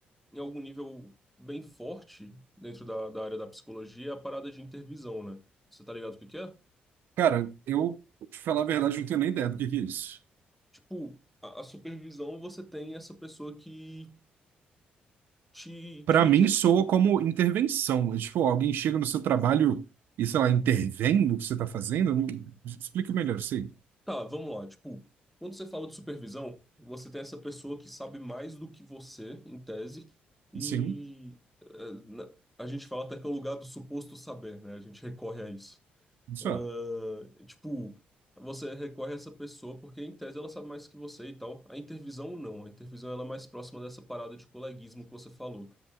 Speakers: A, in the centre; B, on the right.
A: em algum nível, bem forte dentro da, da área da psicologia é a parada de intervisão, né? Você tá ligado o que que é?
B: Cara, eu, pra te falar a verdade, não tenho nem ideia do que que é isso.
A: Tipo, a, a supervisão você tem essa pessoa que te,
B: Pra
A: que,
B: mim,
A: que é
B: soa
A: tipo,
B: como intervenção. É tipo, alguém chega no seu trabalho e, sei lá, intervém no que você tá fazendo? Não- Explica melhor, sim.
A: tá, vamos lá, tipo, quando você fala de supervisão, você tem essa pessoa que sabe mais do que você, em tese, e
B: Sim,
A: eh, na- a gente fala até que é o lugar do suposto saber, né? A gente recorre a isso.
B: isso
A: Ah,
B: é.
A: tipo, você recorre a essa pessoa porque, em tese, ela sabe mais que você e tal. A intervisão, não. A intervisão ela é mais próxima dessa parada de coleguismo que você falou.